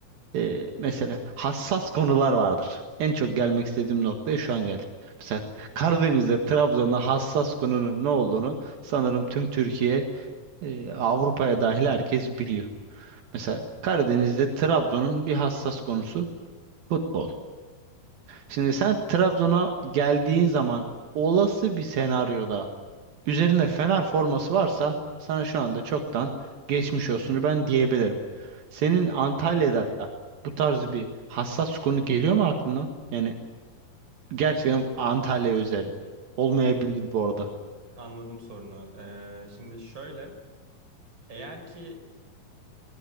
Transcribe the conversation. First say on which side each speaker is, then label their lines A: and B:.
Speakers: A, on the right (about 75°); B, on the right (about 30°).
A: Ee, mesela hassas konular vardır. En çok gelmek istediğim noktaya şu an geldik. Mesela Karadeniz'de, Trabzon'da hassas konunun ne olduğunu sanırım tüm Türkiye, e, Avrupa'ya dahil herkes biliyor. Mesela Karadeniz'de Trabzon'un bir hassas konusu futbol. Şimdi sen Trabzon'a geldiğin zaman olası bir senaryoda üzerine Fener forması varsa sana şu anda çoktan geçmiş olsun ben diyebilirim. Senin Antalya'da bu tarz bir hassas konu geliyor mu aklına? Yani gerçekten Antalya özel olmayabilir bu arada.
B: Anladım sorunu. Ee, şimdi şöyle, eğer ki